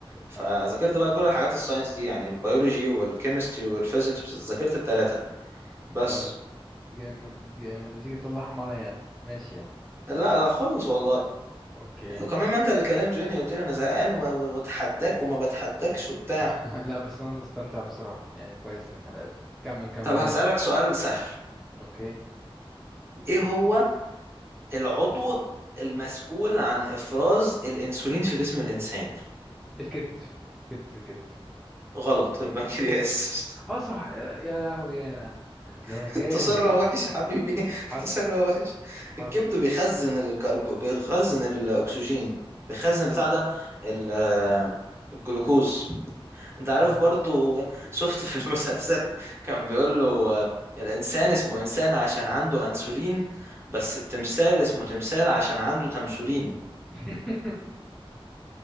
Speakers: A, on the right; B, in the centre.
A: فذاكرت
B: اه
A: بقى كل الحاجات الساينس دي يعني البيولوجي والكيمستري والفيزيكس ذاكرت التلاتة بس
B: يا ولد جامد جامد وتيجي تطلعهم عليا انا ماشي يا عم
A: لا لا خالص والله
B: اوكي
A: وكمان ما انت اللي كلمتني قلت لي انا زهقان و- و- واتحداك وما بتحداكش وبتاع
B: <laughs> لا بس انا مستمتع بصراحة يعني كويس إن احنا لعبنا كمل كمل
A: طب هسألك
B: يلا
A: سؤال سهل
B: اوكي
A: ايه هو العضو المسؤول عن افراز الانسولين في جسم الانسان
B: الكبت الكبت الكبت
A: غلط البنكرياس
B: اه صح يا لهوي يا انا ده
A: <laughs>
B: انا جاهز
A: التسرع وحش يا حبيبي <laughs>
B: <laughs> حصل
A: التسرع وحش
B: حصل
A: الكبد بيخزن الكربو بيخزن الاكسجين بيخزن بتاع ده ال- الجلوكوز
B: اوكي
A: انت عارف برضو شفت في المسلسل كان بيقول له آه، الانسان اسمه انسان عشان عنده انسولين بس التمثال اسمه تمثال عشان عنده تمثولين
B: <laughs>